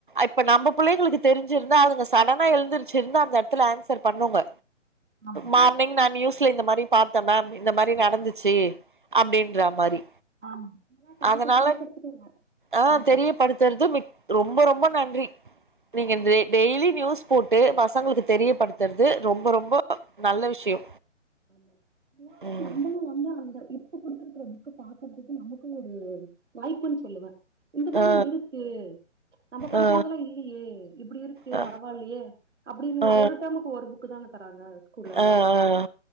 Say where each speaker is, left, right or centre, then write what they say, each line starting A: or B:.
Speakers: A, on the right; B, on the right.
A: இப்ப நம்ப புள்ளைங்களுக்கு தெரிஞ்சிருந்தா அதுங்க சடனா எழுந்தருச்சுருச்சு இருந்து அந்த இடத்துல ஆன்சர் பண்ணுங்க
B: ஆமா
A: மார்னிங் நா நியூஸ்ல இந்த மாரி பாத்தேன் மேம் இந்த மாரி நடந்துச்சி அப்படின்னு ன்றா மாரி
B: ஆமா ஏன்னா கண்டிப்பா
A: அதனால
B: கேக்குறதுக்கு
A: ஆ
B: கரெக்ட்
A: தெரியப்படுத்துறது மிக் ரொம்ப ரொம்ப நன்றி நீங்க
B: ஆமா
A: டெய் டெய்லி நியூஸ் போட்டு பசங்களுக்கு தெரியப்படுத்துறது ரொம்ப ரொம்ப நல்ல விஷயோ
B: ஆமா இன்னொன்னு
A: ம்
B: நாம்மலு வந்து அந்த இப்ப குடுத்துருக்கிற புக்க பாக்கறதுக்கு நமக்கும் ஒரு வாய்ப்புன்னு சொல்லுவே இந்த மாரி
A: ஆ
B: இருக்கு நம்ம படிக்கும்
A: ஆ
B: போதுல இல்லையே இப்டி இருக்கே
A: ஆ
B: பரவாயில்லையே அப்டின்னு
A: ஆ
B: ஒரு டெம்க்கு ஒரு புக் புக்குதான தராங்க ஸ்கூல்ல எல்லா
A: ஆ ஆ